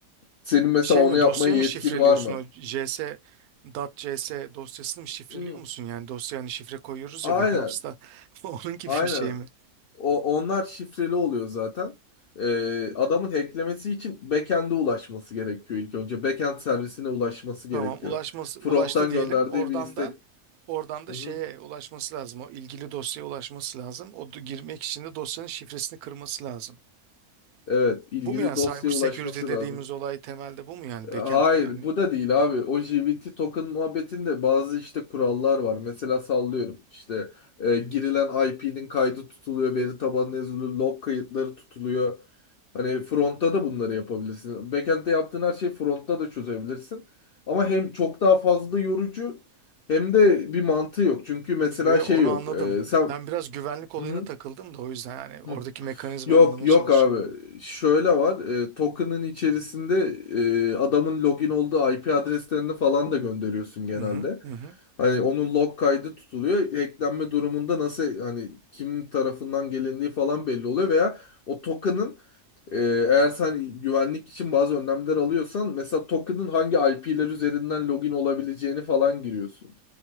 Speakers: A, on the left; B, on the right.
A: senin mesela
B: Şey
A: onu
B: mi
A: yapmaya
B: dosyayı
A: yetkin
B: mı şifreliyorsun
A: var mı?
B: o CS .dot .cs dosyasını mı şifreliyor
A: Hmm,
B: musun yani dosya hani şifre koyuyoruz
A: Aynen.
B: ya Windows'ta <laughs> onun gibi
A: Aynen.
B: bir şey mi?
A: O, onlar şifreli oluyor zaten. E, adamın hacklemesi için backend'e ulaşması gerekiyor ilk önce. Backend servisine ulaşması gerekiyor.
B: Tamam ulaşması
A: Front'tan
B: ulaştı diyelim
A: gönderdiği
B: oradan
A: bir istek.
B: da oradan da
A: Hı
B: şeye
A: hı.
B: ulaşması lazım o ilgili dosyaya ulaşması lazım o do- girmek için de dosyanın şifresini kırması lazım.
A: Evet, ilgili
B: Bu mu yani
A: dosyaya
B: cyber security
A: ulaşması
B: dediğimiz
A: lazım.
B: olay temelde bu mu yani backend
A: Hayır
B: güvenliği?
A: bu da değil abi. O JWT token muhabbetinde bazı işte kurallar var. Mesela sallıyorum işte e, girilen IP'nin kaydı tutuluyor, veri tabanına yazılıyor, log kayıtları tutuluyor. Hani frontta da bunları yapabilirsin. Backend'de yaptığın her şeyi frontta da çözebilirsin. Ama hem çok daha fazla yorucu hem de bir mantığı yok. Çünkü mesela
B: Yo, yo,
A: şey
B: onu
A: yok.
B: anladım.
A: E, sen...
B: Ben biraz güvenlik olayına
A: Hı
B: takıldım da o yüzden yani oradaki
A: hı.
B: mekanizmayı
A: Yok
B: anlamaya
A: yok
B: çalışıyorum.
A: abi. Şöyle var. E, token'ın içerisinde e, adamın login olduğu IP adreslerini falan da gönderiyorsun genelde.
B: Hı hı, hı hı.
A: Hani onun log kaydı tutuluyor. Hacklenme durumunda nasıl hani kim tarafından gelindiği falan belli oluyor veya o token'ın e, eğer sen güvenlik için bazı önlemler alıyorsan mesela token'ın hangi IP'ler üzerinden login olabileceğini falan giriyorsun.